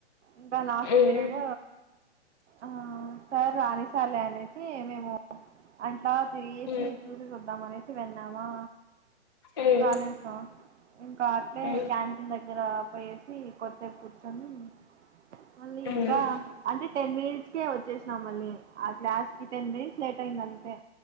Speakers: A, on the right (about 80°); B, on the left (about 25°).
A: ఇంకా లాస్ట్
B: మ్మ్
A: పిరియడ్ ఆ సార్ రానిస్తారు లే అనేసి మేము అ అలా తిరిగేసి
B: మ్మ్
A: చూసేసి వద్దాం అనేసి వెళ్లామా
B: మ్మ్
A: కాలేజా ఇంకా అట్లే
B: మ్మ్
A: క్యాంటీన్ ద గ్గర పోయేసి కొద్దిసేపు కూర్చొని మళ్ళీ
B: మ్మ్
A: ఇంకా అంటే టెన్ మినిట్స్ కె వచ్చేశి న మళ్ళీ ఆ క్లాస్ కి టెన్ మినిట్స్ లేట్ అయింది అంతే